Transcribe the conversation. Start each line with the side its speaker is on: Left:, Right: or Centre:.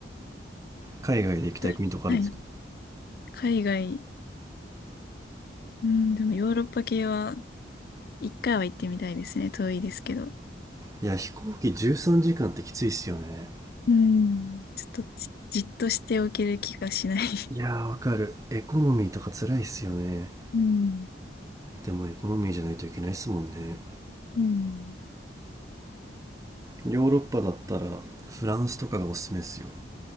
Right: 海外で行きたい国とかあるんですか
Left: どはい。海外。うん、でもヨーロッパ系は、一回は行ってみたいですね。遠いですけど。
Right: いや飛行機13時間ってきついっすよね
Left: うん。ちょっとじ、じっとしておける気がしない
Right: いやーわかるエコノミーとか辛いっすよね
Left: <laughs> うん。
Right: でもエコノミーじゃないといけないっすもんね
Left: うん。
Right: ヨーロッパだったらフランスとかがおすすめっすよ